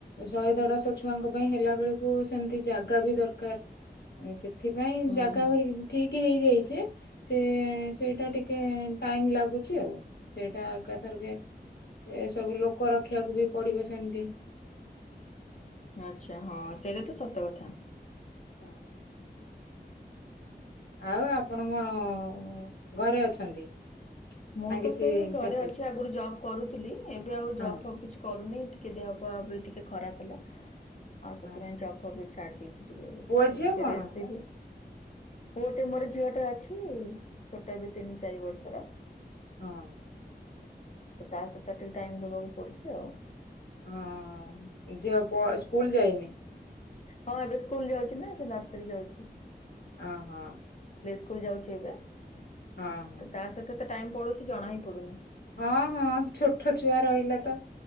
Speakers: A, on the left (about 75°); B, on the left (about 45°).
A: ଶହେ ଦେଢଶହ ଛୁଆଙ୍କ ପାଇଁ ହେଲା ବେଳକୁ ସେମ୍ତି ଜାଗା ବି ଦରକାର ସେଥିପାଇଁ
B: ହୁଁ
A: ଜାଗା
B: ହୁଁ।
A: ଭରିକି ଠିକ୍ ହେଇଯାଇଛି ସେ ସେଇଟା ଟିକେ ଟାଇମ୍ ଲାଗୁଛି ଆଉ ସେଇଟା ଏକାଥରକେ ଏସବୁ ଲୋକ ରଖିବାକୁ ବି ପଡିବ ସେମତି।
B: ଆଚ୍ଛା ହଁ ସେଇଟା ତ ସତ କଥା।
A: <inaudible> ଆଉ ଆପଣ କଣ ଘରେ ଅଛନ୍ତି?
B: ମୁଁ
A: ନା କିଛି
B: ତ ସେଇ ଘରେ
A: ଚାକିରି
B: ଅଛି ଆଗରୁ ଜବ୍ କରୁଥିଲି ଏବେ ଆଉ ଜପ୍
A: ହଁ
B: ଫପ୍ କିଛି କରୁନି ଟିକିଏ ଦେହ ପଅବି ଟିକିଏ ଖରାପ ହେଲା ଆଉ ସେଥିପାଇଁ
A: ହଁ
B: ଜପ୍ ଫପ୍ ଛାଡି ଦେଇଛି ଟିକେ ଏବେ
A: ପୁଅ ଝିଅ
B: ଟିକେ
A: କଣ?
B: ରେଷ୍ଟ୍। ପୁଅଟେ ମୋର ଝିଅ ଟିଏ ଅଛି ଛୋଟ ଏବେ ତିନି ଚାରି ବର୍ଷର
A: ହଁ।
B: ତା ସେତା ଟିକେ ଟାଇମ ଦବାକୁ ପଡୁଛି ଆଉ।
A: ହଁ ଝିଅ କ ସ୍କୁଲ ଯାଇନି?
B: ହଁ ଏବେ ସ୍କୁଲ ଯାଉଚି ନାଁ ସେ ନର୍ସରୀ ଯାଉଛି
A: ଓହୋ
B: ପିଲେ ସ୍କୁଲ ଯାଉଛି ଏବେ
A: ହଁ ହଁ
B: ତା ସହିତ ତ ଟାଇମୁ ପଡୁଛି ଜଣା ହିଁ ପଡ଼ୁନି।
A: ହଁ ହଁ ଛୋଟ ଛୁଆ ରହିଲା ତ